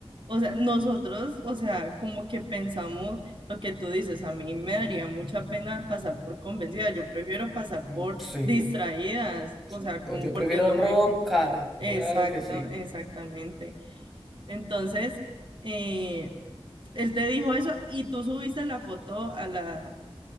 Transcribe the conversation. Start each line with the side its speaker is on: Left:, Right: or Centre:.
Right: O sea, nosotros, o sea, como que pensamos lo que tú dices, a mí me daría mucha pena pasar por convencida, yo prefiero pasar
Centre: Mm,
Right: por
Centre: Sí,
Right: distraídas,
Centre: sí.
Right: o sea,
Centre: Pues
Right: como
Centre: yo
Right: por
Centre: prefiero
Right: no
Centre: roncar,
Right: me Exacto,
Centre: claro que sí.
Right: exactamente. Entonces, eh, él te dijo eso y tú subiste la foto a la,